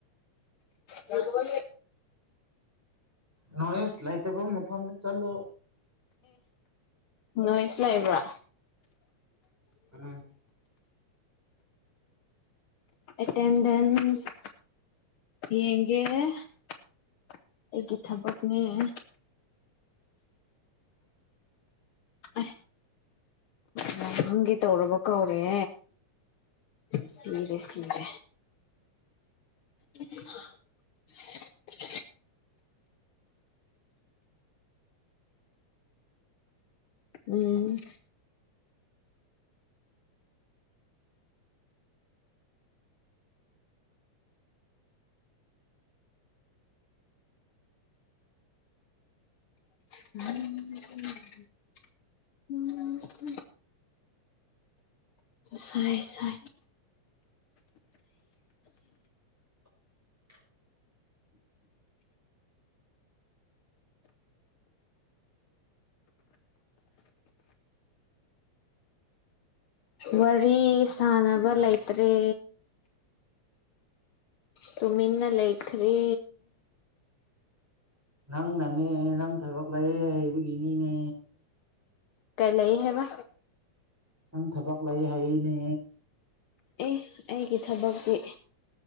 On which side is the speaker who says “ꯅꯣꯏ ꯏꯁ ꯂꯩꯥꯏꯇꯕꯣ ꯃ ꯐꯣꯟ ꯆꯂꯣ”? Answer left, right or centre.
Centre